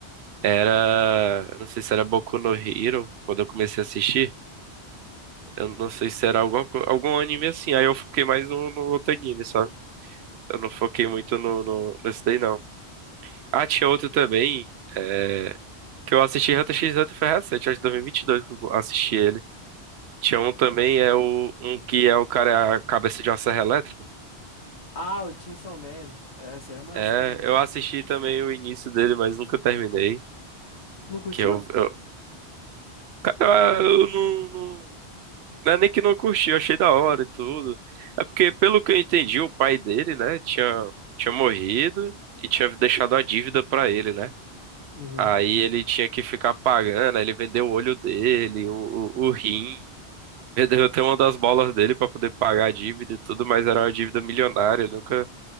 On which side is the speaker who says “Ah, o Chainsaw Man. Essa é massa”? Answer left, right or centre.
Left